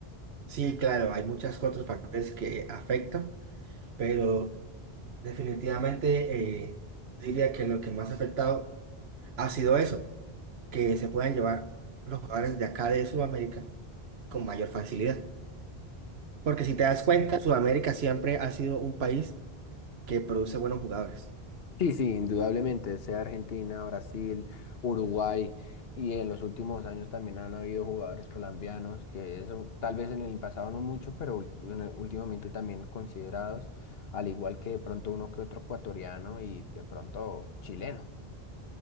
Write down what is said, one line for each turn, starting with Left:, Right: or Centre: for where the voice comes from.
Right: Sí, claro, hay muchos otros factores que afectan, pero definitivamente eh, diría que lo que más ha afectado ha sido eso, que se puedan llevar los jugadores de acá de Sudamérica con mayor facilidad. Porque si te das cuenta, Sudamérica siempre ha sido un país que produce buenos jugadores.
Left: Sí, sí, indudablemente, sea Argentina, Brasil, Uruguay, y en los últimos años también han habido jugadores colombianos que eso tal vez en el pasado no mucho, pero ul- en el- últimamente también considerados, al igual que de pronto uno que otro ecuatoriano y de pronto chileno,